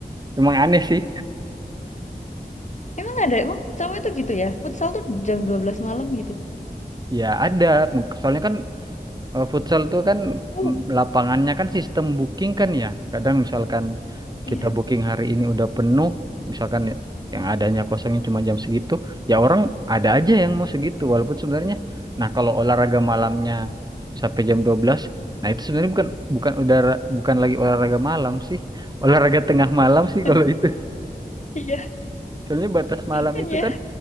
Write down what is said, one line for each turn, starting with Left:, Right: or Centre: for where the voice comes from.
Right: emang aneh sih.
Left: <laughs> emang ada, emang cowok itu gitu ya? Futsal tuh jam 12 malam gitu.
Right: Ya ada, soalnya kan Eh, Futsal tuh kan
Left: Uh.
Right: mm, lapangannya kan sistem booking kan ya. Kadang misalkan
Left: Iya.
Right: kita booking hari ini udah penuh, misalkan yang adanya kosongnya cuma jam segitu, ya orang ada aja yang mau segitu walaupun sebenarnya nah kalau olahraga malamnya sampai jam 12, nah itu sebenarnya bukan bukan udara bukan lagi olahraga malam sih, <laughs> olahraga tengah malam sih
Left: <laughs>
Right: kalau itu.
Left: Iya,
Right: Soalnya batas malam
Left: kan
Right: itu
Left: ya.
Right: kan